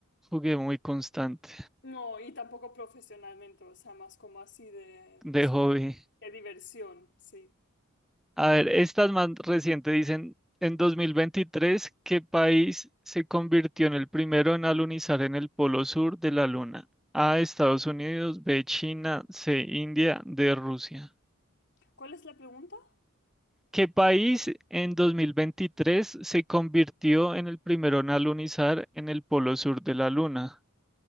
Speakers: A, in the centre; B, on the left.
A: jugué muy constante
B: No, y tampoco profesionalmente, o sea, más como así de,
A: de
B: sí,
A: hobby.
B: de, de diversión, sí.
A: A ver, estas más recientes dicen, en dos mil veintitrés ¿qué país se convirtió en el primero en alunizar en el polo sur de la Luna? A, Estados Unidos, B, China, C, India, D, Rusia.
B: ¿Cuál es la pregunta?
A: ¿Qué país en 2023 se convirtió en el primero en alunizar en el polo sur de la Luna?